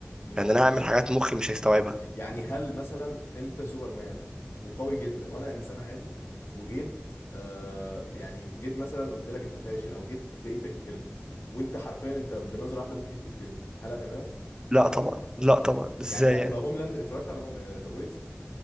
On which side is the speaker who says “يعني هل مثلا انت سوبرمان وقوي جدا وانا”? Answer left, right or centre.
Left